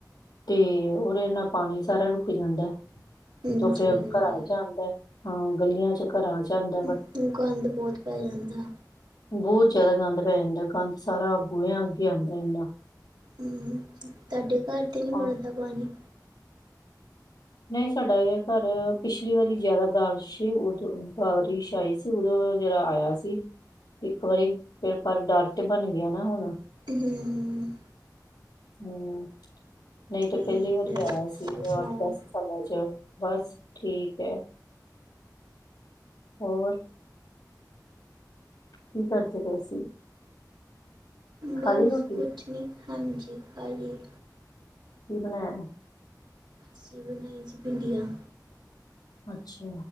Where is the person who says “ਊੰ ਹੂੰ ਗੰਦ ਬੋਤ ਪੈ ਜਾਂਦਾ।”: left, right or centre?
Right